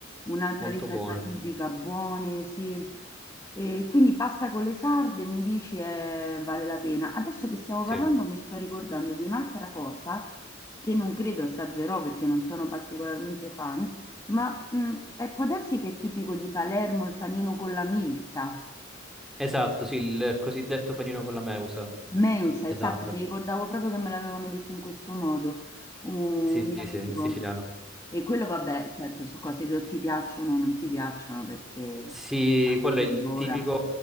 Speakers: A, on the left; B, in the centre.
A: un'altra
B: molto
A: ricetta
B: buona.
A: tipica, buone, sì. E quindi pasta con le sarde mi dici eh, vale la pena. Adesso che stiamo parlando
B: Sì.
A: mi sto ricordando di un'altra cosa che non credo assaggerò perché non sono particolarmente fan, ma mh, eh, può darsi che è tipico di Palermo il panino con la milza.
B: Esatto, sì, il cosiddetto panino con la meusa.
A: Meusa,
B: Esatto.
A: esatto, mi ricordavo proprio che me l'avevano detto in questo modo, un
B: Sì,
A: mio
B: sì,
A: amico.
B: sì, in siciliano.
A: E quello vabbè, certo, su cose che o ti piacciono o non ti piacciono perché
B: Sì, quello
A: sai
B: è il
A: di ora.
B: tipico,